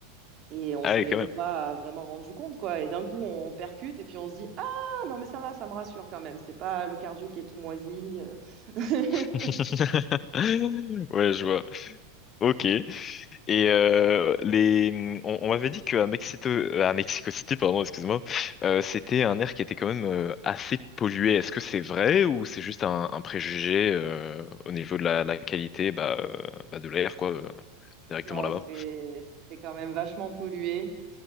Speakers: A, on the right; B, on the left.
A: Et on
B: Ah
A: s'en
B: ouais,
A: était
B: quand même.
A: pas vraiment rendu compte, quoi. Et d'un coup, on percute et puis on se dit, ah, non, mais ça va, ça me rassure quand même. C'est pas le cardio qui est tout moisi. <laughs>
B: <laughs> Ouais, je vois. Ok. Et euh, les, on, on m'avait dit qu'à Mexico, euh, à Mexico City, pardon, excuse-moi, euh, c'était un air qui était quand même euh, assez pollué. Est-ce que c'est vrai ou c'est juste un, un préjugé euh, au niveau de la, la qualité, bah, euh, bah, de l'air, quoi, euh, directement
A: Non, ouais,
B: là-bas?
A: c'est, c'est quand même vachement pollué.